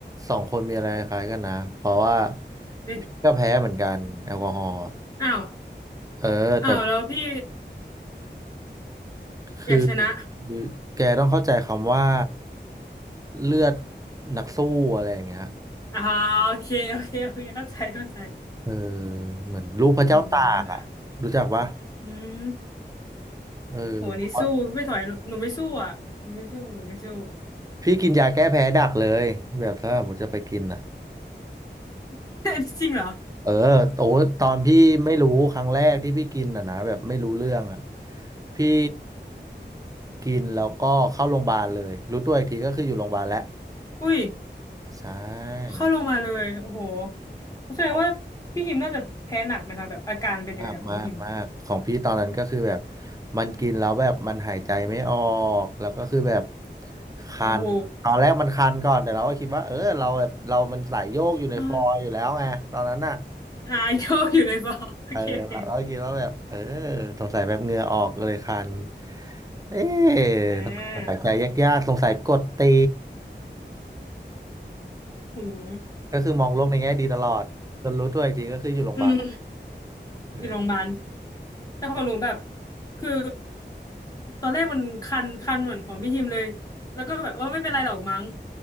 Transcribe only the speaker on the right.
สองคนมีอะไรคล้ายกันนะเพราะว่า
พี่ก็แพ้เหมือนกันแอลกอฮอล์อะ
เออแต่
คือ
คือแกต้องเข้าใจคำว่าเลือดนักสู้อะไรอย่างเงี้ย
เออเหมือนลูกพระเจ้าตากอ่ะรู้จักปะ
เออ
พี่กินยาแก้แพ้ดักเลยแบบถ้าผมมุติจะไปกินอ่ะ
เออโอ้ตอนพี่ไม่รู้ครั้งแรกที่พี่กินอ่ะนะแบบไม่รู้เรื่องอ่ะพี่กินแล้วก็เข้าโรงพยาบาลเลยรู้ตัวอีกทีก็คืออยู่โรงพยาบาลแล้ว
ใช่
เพราะ
มากมากมากของพี่ตอนนั้นก็คือแบบมันกินแล้วแบบมันหายใจไม่ออกแล้วก็คือแบบคันตอนแรกมันคันก่อนแต่เราก็คิดว่าเออเราแบบเรามันสายโยกอยู่ในฟอยล์อยู่แล้วไงตอนนั้นน่ะ
เออเราก็คิดว่าแบบเออสงสัยแบบเหงื่อออกเลยคันเอ๊ะสงสัยใจยากๆสงสัยกดตี
ก็คือมองโลกในแง่ดีตลอดจนรู้ตัวอีกทีก็คืออยู่โรงพยาบาล
เออ
ตน